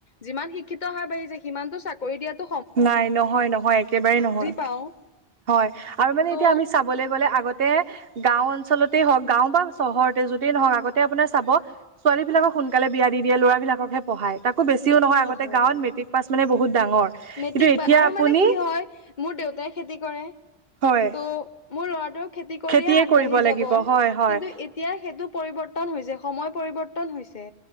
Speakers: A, on the left; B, on the right.
A: যিমান শিক্ষিত হাৰ বাঢ়িছে সিমানটো চাকৰি দিয়াতো
B: নাই নহয় নহয় একেবাৰেই নহয়
A: পাওঁ
B: হয় আৰু মানে
A: ত'
B: এতিয়া আমি চাবলে গ'লে আগতে গাওঁ অঞ্চলতেই হওক গাওঁ বা চহৰতে যতেই নহওঁক আগতে আপোনাৰ চাব ছোৱালীবিলাকক সোনকালে বিয়া দি দিয়ে ল'ৰাবিলাককহে পঢ়াই তাক একো বেছিও নহয়
A: হয়
B: আগতে
A: হয়
B: গাঁওত
A: হয়
B: মেটিক পাচ মানে বহুত ডাঙৰ।
A: মেট্ৰিক
B: কিন্তু এতিয়া
A: বা আৰু
B: আপুনি
A: মানে কি হয় মোৰ দেউতাই খেতি কৰে।
B: হয়।
A: ত মোৰ ল'ৰাটো খেতি কৰিয়ে
B: খেতিয়ে
A: আগবাঢ়ি
B: কৰিব লাগিব
A: যাব কিন্তু
B: হয় হয়
A: এতি এতিয়া সেইটো পৰিৱৰ্তন হৈছে সময় পৰিৱৰ্তন হৈছে।